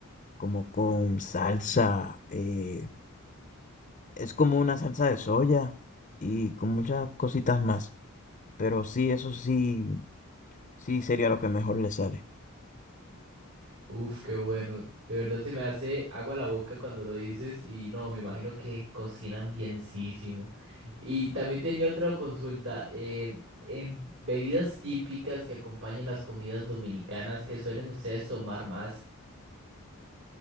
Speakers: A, on the left; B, on the right.
A: como con salsa, eh, es como una salsa de soya y con muchas cositas más, pero sí, eso sí, sí sería lo que mejor le sale.
B: Uf, qué bueno. De verdad se me hace agua la boca cuando lo dices y no, me imagino que cocinan bienísimo. Y también tenía otra consulta. eh, en bebidas típicas que acompañan las comidas dominicanas, ¿qué suelen ustedes tomar más?